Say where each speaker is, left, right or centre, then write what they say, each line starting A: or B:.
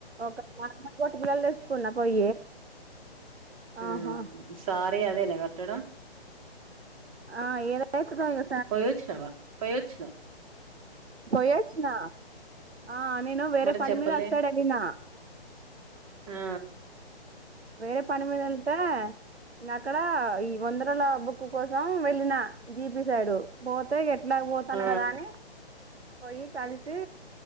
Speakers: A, on the right; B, on the right.
A: ఒక నార్మల్ బొట్టు బిల్లలు తెచ్చుకున్న పోయి
B: హు
A: ఆహా
B: సారీ అదేనా కట్టడం
A: ఆ ఏదైతదో ఇగ
B: పోయ్యొచ్చునవా పోయ్యొచ్చున
A: పోయొచ్చున ఆ నేను వేరే
B: మరి
A: పని
B: చెప్పలే
A: మీద అటు సైడ్ వెళ్ళిన
B: ఆ
A: వేరే పని మీద వెళ్తే ఇంగ అక్కడ ఈ వంద రోల బుక్ కోసం వెళ్ళిన జీపి సైడ్ పోతే ఎట్లాగ పోతాను
B: ఆ
A: కదా అని పోయి కలిసి